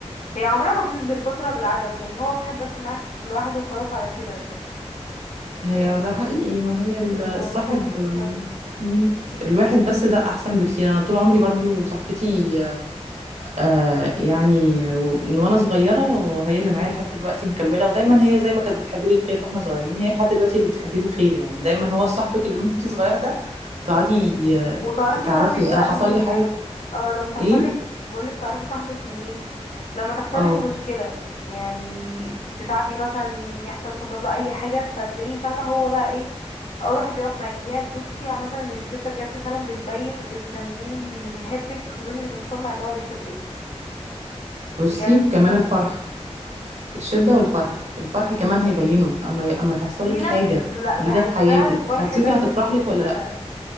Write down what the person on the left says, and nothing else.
هي عمرها ما كانت بالكترة بالعدد يعني هو صاحب بس معاك لوحده وخلاص على كده يعني
الموضوع
فعلا بيكون خلاص
وتعرفي
صاحبك بقى
منين
بقى اه لما تحصل
لك بقولك تعرفي صاحبك منين لما تحصل
لك مشكلة يعني تتعبي مثلا يحصل لا قدر الله اي حاجة فتلاقيه فاهمة هو بقى ايه اول واحد بيقف معاكي هي بصي عامة الشتا بجد فعلا بتبين اذا كان مين اللي بيحبك ومين اللي بتصنع ان هو بيحبك
بجد
في
ناس
لا
بحسها
الفرح
ده
مش بحسها